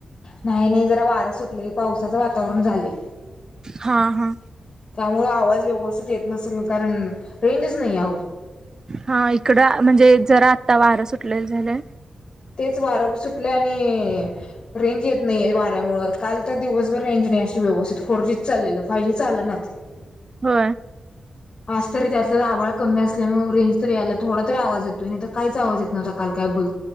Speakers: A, on the left (about 50°); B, on the right (about 30°).
A: नाही नाही जरा वार सुटले पावसाचं वातावरण झाले
B: हा हा
A: त्यामुळे आवाज व्यवस्थित येत नसेल कारण रेंजच नाही आहेहं
B: हा इकडं म्हणजे जरा आता वारं सुटले झालं
A: तेच वारं सुटले आणि रेंज येत नाही वाऱ्यामुळे काल तर दिवसभर रेंज व्यवथित फोर जी चाललेलं फाय जी चाल नाच
B: हो
A: आज तरी त्यातला आभाळ कमी असल्यामुळे कमी असल्यामुळे रेंज तरी यायला थोडारी आवाज येतोय नाही तर काहीच आवाज येतो नवता काल काय बोल